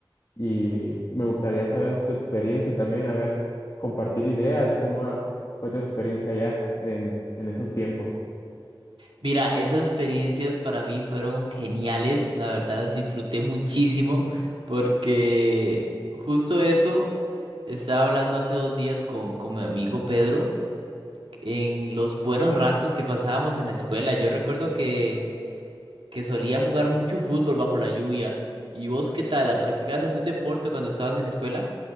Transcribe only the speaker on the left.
y me gustaría saber tu experiencia también, a ver, compartir ideas de cómo fue tu experiencia allá en, en esos tiempos.
Ok.